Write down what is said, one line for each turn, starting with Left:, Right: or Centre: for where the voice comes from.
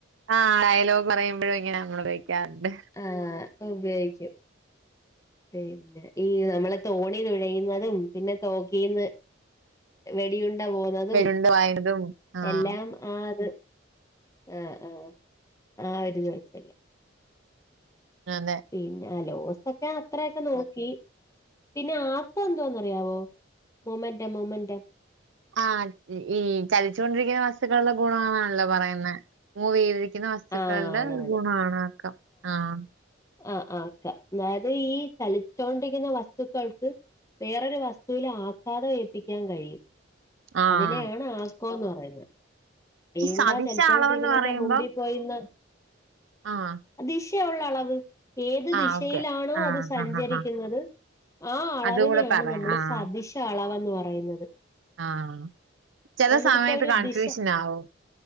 Right: ആ ഡയലോഗ് പറയുമ്പോഴും ഇങ്ങനെ നമ്മളുപയൊഗിക്കാറുണ്ട്
Left: ആഹ് ഉപയോഗിക്കും പിന്നെ ഈ നമ്മളെ തോണി തുഴയുന്നതും പിന്നെ തോക്കീന്ന് വെടിയുണ്ട പോവുന്നതും
Right: വെരുണ്ട് വായുന്നതും ആഹ്
Left: എല്ലാം ആ അത് ആഹ് ആഹ് ആ വര്ന്ന് വെച്ചല്ലേ
Right: അതെ
Left: പിന്നെ ലോസൊക്കെ അത്രയെക്കെ നോക്കി പിന്നെ ആക്ക എന്തോന്നറിയാവോ മൊമെന്റൊ മൊമെന്റൊ
Right: ആത് ഈ ചലിച്ചോണ്ടിരിക്കുന്ന വസ്തുക്കളുടെ ഗുണാന്നാണല്ലോ പറയുന്നെ മൂവേയിലരിക്കുന്ന വസ്തുക്കളുടെ
Left: ആഹ് ആണാണ്
Right: ഒരു ഗുണവാണാക്കാം ആഹ്
Left: ആഹ് ആക്ക അതായത് ഈ ചലിച്ചോണ്ടിരിക്കുന്ന വസ്തുക്കൾക്ക് വേറൊരു വസ്തുവിൽ ആഘാതം ഏൽപ്പിക്കാൻ കഴിയും
Right: ആഹ്
Left: അതിനെയാണ് ആക്കോന്ന് പറയുന്നത് വെടിയുണ്ട
Right: ഈ സദിശ
Left: ചലിച്ചോണ്ടിരിക്കുന്നെന്റെ
Right: അളവെന്ന് പറയുമ്പം
Left: മുമ്പിൽ പോയിന്ന്
Right: ആഹ്
Left: ദിശ ഉള്ള അളവ് ഏത്
Right: ആഹ്
Left: ദിശയിലാണോ
Right: ഓക്കെ. ആഹ്
Left: അത് സഞ്ചരിക്കുന്നത്
Right: ആഹ് ആഹ്
Left: ആ അളവിനെയാണ്
Right: അതും കൂടെ പറയാം
Left: നമ്മള്
Right: ആഹ്
Left: സതിശ അളവ്ന്ന് പറയുന്നത്
Right: ആഹ് ചെല
Left: നമുക്കിപ്പോ
Right: സമയത്ത്
Left: ഒരു
Right: കൺഫ്യൂഷനാവും
Left: ദിശ